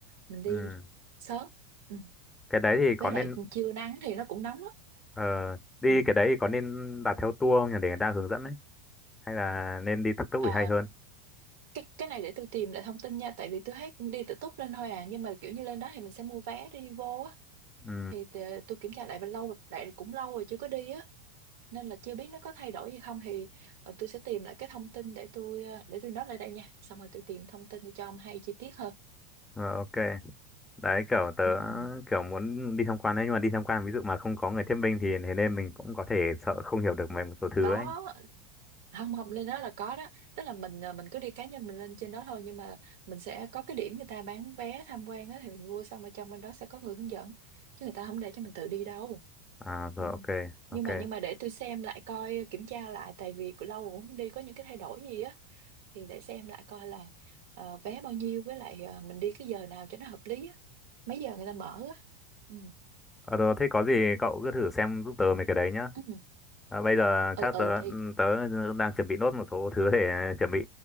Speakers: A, on the right; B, on the left.
A: mình đi
B: Ừ.
A: sớm ừ.
B: Cái đấy thì có
A: với
B: nên
A: lại trưa nắng thì nó cũng nóng lắm
B: ờ, đi
A: ừ.
B: cái đấy thì có nên đặt theo tour không nhỉ để người ta hướng dẫn ấy hay là nên đi tự túc
A: à,
B: thì hay hơn
A: cái cái này để tôi tìm lại thông tin nha tại vì tôi thấy cũng đi tự túc lên thôi à nhưng mà kiểu như lên đó thì mình sẽ mua vé để đi vô á
B: ừ.
A: thì tờ- tôi kiểm tra lại và lâu lại cũng lâu rồi chưa có đi á nên là chưa biết nó có thay đổi gì không thì ờ, tôi sẽ tìm lại cái thông tin để tôi ờ, để tôi nói lại đây nha xong rồi tôi tìm thông tin cho ông hay chi tiết hơn
B: ờ, ok đấy kiểu tớ
A: ừ, ừ.
B: kiểu muốn đi tham quan ấy nhưng mà đi tham quan ví dụ mà không có người thuyết minh thì thế nên mình cũng có thể sợ không hiểu được mấy một số thứ
A: có
B: ấy
A: không không lên đó là có đó tức là mình à, mình cứ đi cá nhân mình lên trên đó thôi nhưng mà mình sẽ có cái điểm người ta bán vé tham quan á thì mình mua xong ở trong bên đó sẽ có người hướng dẫn chứ người ta không để cho mình tự đi đâu
B: À rồi
A: ừ.
B: ok ok
A: nhưng mà nhưng mà để tôi xem lại coi kiểm tra lại tại vì cũng lâu rồi không đi có những cái thay đổi gì á thì để xem lại coi là ờ, vé bao nhiêu với lại ờ, mình đi cái giờ nào cho nó hợp lý á mấy giờ người ta mở á ừ.
B: Ờ rồi thế có gì cậu cứ thử xem giúp tớ mấy cái đấy nhá
A: Ừ.
B: à, Bây giờ
A: ừ
B: chắc
A: ừ
B: tớ
A: thì
B: ừ, tớ đang chuẩn bị nốt một số thứ để chuẩn bị